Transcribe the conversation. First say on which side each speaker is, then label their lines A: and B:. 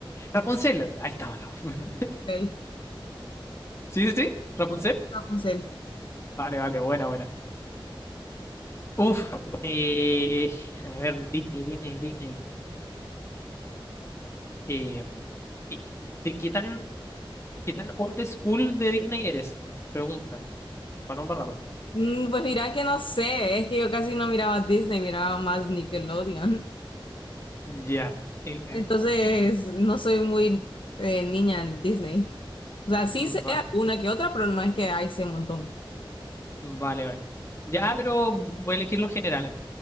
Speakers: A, on the left; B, on the left.
A: Rapunzel. Ahí estaba. <laughs>
B: Él,
A: Sí, sí, sí, Rapunzel.
B: Rapunzel.
A: Vale, vale, buena, buena. Uf, eh, a ver, Disney, Disney, Disney. Eh, ¿y ¿de qué tan, qué tan old school de Disney eres? Pregunta, para no embarrarla.
B: Mm, pues mira que no sé, es que yo casi no miraba Disney, miraba más Nickelodeon.
A: Ya. Eh,
B: Entonces,
A: mm,
B: no soy muy eh, niña en Disney. O sea, sí
A: Mm,
B: sé
A: va-
B: una que otra, pero no es que hay sé un montón.
A: vale, vale. Ya, pero voy a elegir los generales.